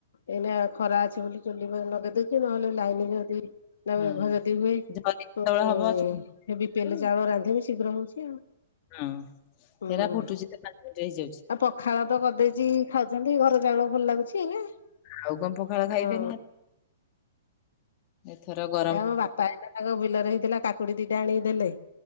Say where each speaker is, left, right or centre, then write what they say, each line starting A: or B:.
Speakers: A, on the left; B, on the left.
A: ଏଇନା ଖରା ଅଛି ବୋଲି ଚୁଲି ଲଗେଇଦଉଛି ନହେଲେ ଲାଇନି ଯଦି, ତାେଘର
B: ହଁ
A: ଯଦି ହୁଏ
B: ଝରି କେତେବେଳେ
A: ତ ହେ
B: ହବ ଚୁଲି
A: ହେ ବିପେଲେ
B: କରିବୁ
A: ଚାଉଳ ରାନ୍ଧିବି ଶୀଘ୍ର ହଉଛି ଆଉ,
B: ହଁ
A: ହୁଁ
B: ହେରା ଫୁଟୁଛି ତ ପାଞ୍ଚ ମିନିଟ ହେଇଯାଉଛି।
A: ଆଉ ପଖାଳ ତ କରିଦେଇ, ଚି ଖାଉଛନ୍ତି ଘର ଚାଉଳ ଭଲ ଲାଗୁଛି ଏଇନା
B: ଆଉ କଣ ପଖାଳ ଖାଇବେ
A: ହଁ,
B: ଏଥରକ,
A: ଏ ଆମ ବାପା ହେଲା ତାଙ୍କ ବିଲରେ ହେଇଥିଲା କାକୁଡ଼ି ଦିଟା ଆଣିକି ଦେଲେ,